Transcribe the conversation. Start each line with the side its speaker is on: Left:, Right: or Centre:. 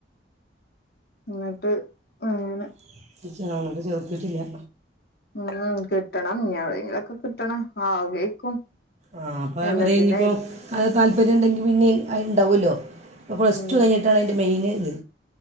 Left: ന്നിട്ട് അങ്ങനെ.
Right: <unintelligible> ചേർത്തിട്ടില്ല.
Left: ഉം കിട്ടണം ഞവിടെങ്കിലൊക്കെ കിട്ടണം. ആഗ്രഹിക്കും
Right: ആഹ അപ്പൊ ഞാൻ
Left: എല്ലാത്തിന്റെ
Right: പറ ഇഞ്ഞിപ്പോ. അത് താല്പര്യം ഇണ്ടെങ്കിൽ പിന്നെ അത് ഇണ്ടാവല്ലോ അപ്പോൾ പ്ലസ്
Left: ഉം
Right: ടു കഴിഞ്ഞിട്ടാണ് അതിൻ്റെ മെയിൻ ഇത്.